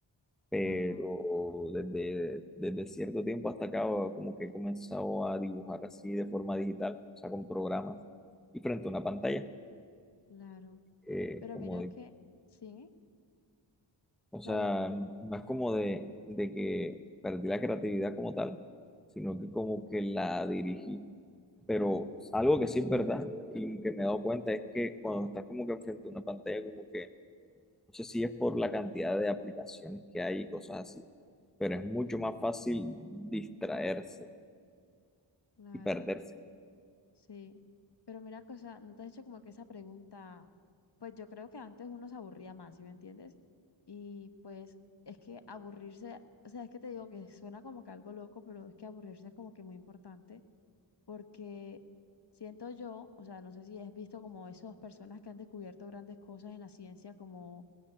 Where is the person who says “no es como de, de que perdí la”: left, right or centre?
Centre